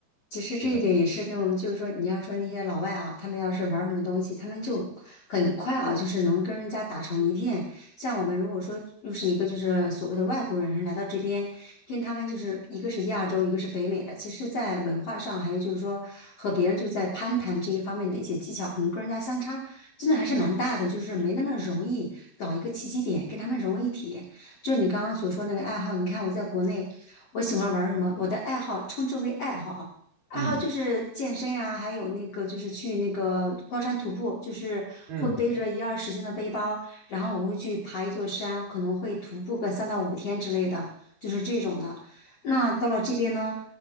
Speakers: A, on the left; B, on the right.
A: 其实这一点也是跟我们，
B: 对，
A: 就是说，你要说那些老外啊，他们要是玩儿什么东西，他们就很快啊，就是能跟人家打成一片。像我们如果说又是一个就是所谓的外国人来到这边，跟他们就是一个是亚洲，一个是北美的，其实，在文化上还有就是说和别人就在攀谈这一方面的一些技巧，可能跟人家相差真的还是蛮大的，就是没那么容易找一个契机点跟他们融为一体。就你刚刚所说那个爱好，你看我在国内。我喜欢玩儿什么？我的爱好称之为爱好啊，爱好就是健身啊，
B: 嗯。
A: 还有那个就是去那个高山徒步，就是会背着一二十斤的背包，
B: 嗯
A: 然后我会去爬一座山，可能会徒步个三到五天之类的，就是这种的。那到了这边呢，